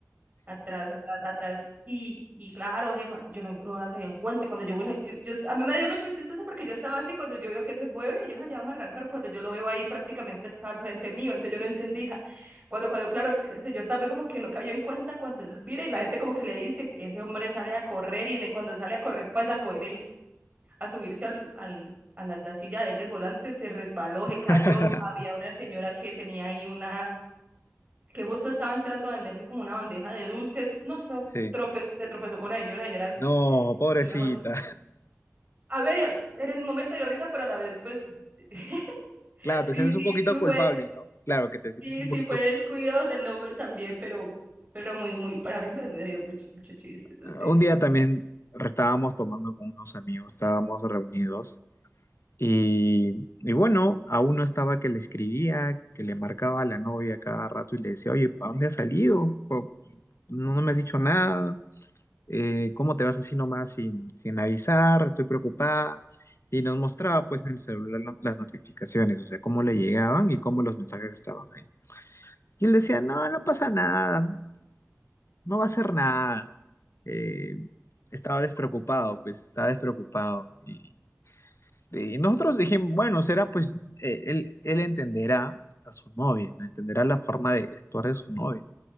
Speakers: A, on the right; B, on the left.
A: atrás, atrás, atrás. Y, y claro, Gemma, yo no, no había caído en cuenta. Cuando yo, bueno, yo, yo- a mí me dio mucha tristeza porque yo estaba así, cuando yo veo que se mueve, y yo "Ah, ya vamos a arrancar, cuando yo lo veo ahí prácticamente estaba al frente mío, entonces yo no entendía. Cuando, cuando, claro, el, el señor también como que no cayó en cuenta cuando él mira y la gente como que le dice, ese hombre sale a correr y en el- cuando sale a correr pasa a coger el, a subirse al, al, a la, la silla de él del volante, se resbaló, se cayó.
B: <laughs>
A: Había una señora que tenía ahí una que justo estaba entrando a venderse como una bandeja de dulces. No, eso
B: sí.
A: trope- se tropezó con la señora, señora.
B: No, pobrecita.
A: una A ver, en el momento dio risa, pero a la vez, pues, <laughs>
B: Claro, te
A: sí,
B: sientes
A: sí,
B: un poquito
A: sí
B: culpable,
A: fue,
B: ¿no? Claro que te sientes
A: sí,
B: un
A: sí
B: poquito
A: fue
B: culpable.
A: descuido del Lover también, pero, pero muy, muy, para mí me, me dio mucho, mucho chiste, no
B: Ah,
A: sé.
B: Un día también estábamos tomando con unos amigos, estábamos reunidos y, y bueno, a uno estaba que le escribía, que le marcaba a la novia cada rato y le decía, oye, ¿para dónde has salido? ¿Por- No, no me has dicho nada, Eh, ¿cómo te vas así nomás sin, sin avisar? Estoy preocupada. Y nos mostraba pues en el celular lo- las notificaciones, o sea, cómo le llegaban y cómo los mensajes estaban ahí. Y él decía, no, no pasa nada, no no va a hacer nada. Eh, estaba despreocupado, pues estaba despreocupado. Y, y nosotros dijimos, bueno, será pues eh, él, él entenderá a su novia, ¿no? entenderá la forma de, de actuar de su novia.